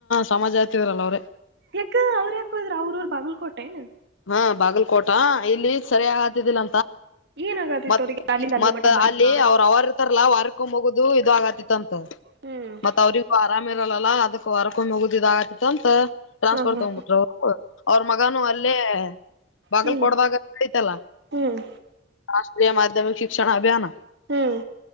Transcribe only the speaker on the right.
ಯಾಕ ಅವ್ರ ಯಕೋದ್ರರು ಅವ್ರ ಅವರು ಬಾಗಲ್ಕೋಟೆ ಏ
ಏನಾಗತಿತ್ತು
ಅವ್ರಿಗೆ ಅಲ್ಲಿಂದ ಅಲ್ಲಿ
ಮಠ ಬರಕ
ಹ್ಮ್
ಹ ಹ್ಮ್
ಹ್ಮ್
ಹ್ಮ್
ಹ್ಮ್